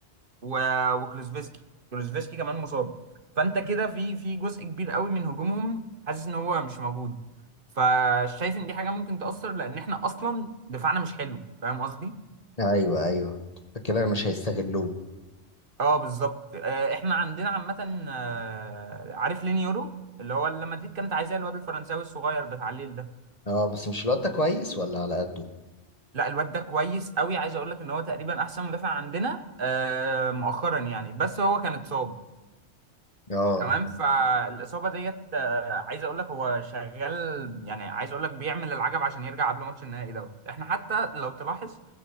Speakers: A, on the right (about 50°); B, on the left (about 30°).
A: و- وكلوزفيسكي كلوزفيسكي كمان مصاب فانت كده في في جزء كبير قوي من هجومهم حاسس ان هو مش موجود فشايف ان دي حاجه ممكن تاثر لان احنا اصلا دفاعنا مش حلو فاهم قصدي
B: ايوه ايوه فكده مش هيستغلوه
A: اه بالظبط آه، احنا عندنا عامه آه، عارف لينيورو اللي هو اللي مدريد كانت عايزاه الواد الفرنساوي الصغير بتاع الليل ده
B: اه بس مش الواد ده كويس ولا على قده
A: لا الواد ده كويس قوي عايز اقول لك ان هو تقريبا احسن مدافع عندنا آه، مؤخرا يعني بس هو كان اتصاب
B: اه
A: تمام فالاصابه ديت آه، عايز اقول لك هو شغال يعني عايز اقول لك بيعمل العجب عشان يرجع قبل ماتش النهائي دوت احنا حتى لو تلاحظ